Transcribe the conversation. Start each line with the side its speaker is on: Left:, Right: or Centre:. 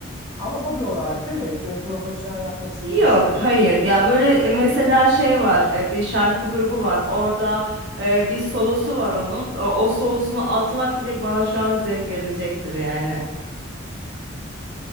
Left: Ama hobi olarak değil mi? Böyle profesyonel yapmak istediğin
Right: Yok,
Left: bir şey değil.
Right: hayır. Ya böyle e, mesela şey var, e, bir şarkı grubu var. Orada e, bir solosu var onun. O, o solosunu atmak bile bana şu an zevk verecektir yani.